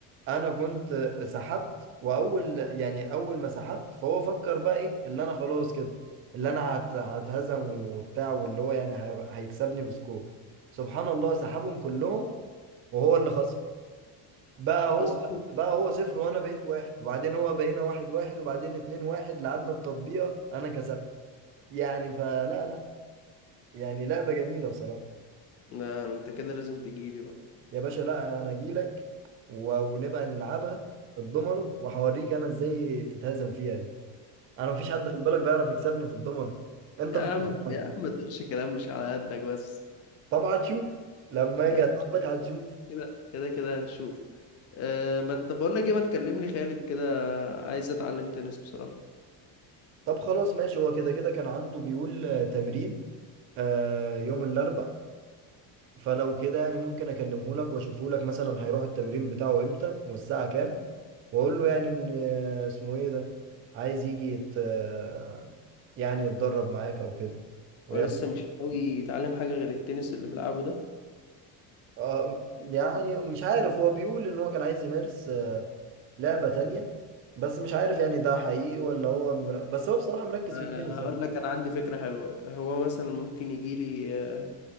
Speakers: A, on the right; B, on the left.
A: انا كنت سحبت واول يعني اول ما سحبت فهو فكر بقى ايه اللي انا خلاص كده اللي انا هت هتهزم وبتاع واللي هو يعني هي- هيكسبني بسكور سبحان الله سحبهم كلهم وهو اللي خسر بقى هو
B: اصلا
A: بقى هو صفر وانا بقيت واحد وبعدين هو بقينا واحد واحد وبعدين اتنين واحد لعبنا التطبيقة انا كسبت يعني فلا لا يعني لعبة جميلة بصراحة
B: لا، انت كده لازم تجيلي بقى
A: يا باشا لا انا اجيلك و- ونبقى نلعبها الضمنه وهوريك انا ازاي تتهزم فيها دي انا مفيش حد خلي بالك بيعرف يكسبني في الضمنه انت
B: يا
A: في الشطرنج
B: عم يا عم ما تقولش كلام مش على قدك بس
A: طب هتشوف لما
B: <laughs>
A: اجي العبك هتشوف
B: كده كده كده هنشوف أه ما ت- بقول لك ايه ما تكلم لي خالد كده عايز اتعلم تنس بصراحة
A: طب خلاص ماشي هو كده كده كان عنده بيقول آه، تمرين آه يوم الاربع فلو كده يعني ممكن اكلمه لك واشوفه لك مثلا هيروح التمرين بتاعه امتى والساعه كام واقول له يعني ان آه، اسمه ايه ده عايز يجي يت... آه، يعني يتدرب معاك او كده وياخد
B: ولسه مش قوي يتعلم حاجة غير التنس اللي بلعبه ده
A: آه يعني مش عارف هو بيقول ان هو كان عايز يمارس آه، لعبة تانية بس مش عارف يعني ده حقيقي ولا هو مر... بس هو بصراحة مركز
B: أه
A: في التنس يعني
B: هقول لك انا عندي فكرة حلوة هو مثلا ممكن يجي لي